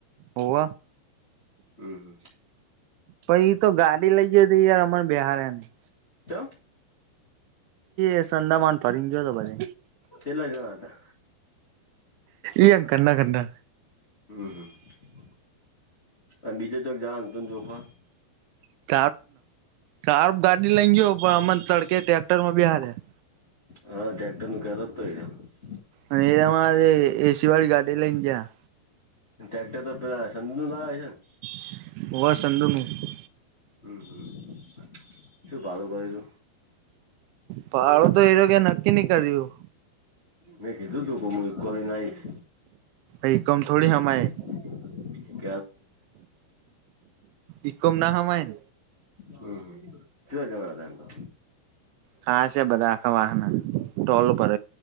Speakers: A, on the right; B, on the left.
A: હોવ
B: હમ.
A: પણ એ તો ગાડી લઈ જ હતી યાર અમાર બિહારની
B: ચમ.
A: એ સંંદામાન ફરીને ગયો તો ભલે.
B: કેટલા જણા હતા
A: એ ઘરના ઘરના.
B: હમ-હમ. અને બીજું <unintelligible> હતું જોખમાં.
A: <unintelligible> ગાડી લઈ ગયો પણ અમને તડકે ટ્રેક્ટર માં બેહાડયા.
B: હા ટ્રેક્ટર નું કેદ તો <unintelligible>
A: અને એમાં આજે એસી વાળી ગાડી લઈને ગયા.
B: ટ્રેક્ટર તો પેલા સદું લાયા છે ને.
A: <unintelligible>
B: હમ હમ શું ભારું ભરયુંતું?
A: પાળો તો એરોકે નક્કી ની કર્યું.
B: મે કિધુંતું મે ઈકકો લઈને આવીશ.
A: ઈકકોમાં થોડી હમાય.
B: <inaudible> હમ
A: ઇકોમ ના હમાય ને
B: હમ ચેટલા જના હતા એમ તો?
A: હા છે બધા આખા વાહના ટોલ ઉપર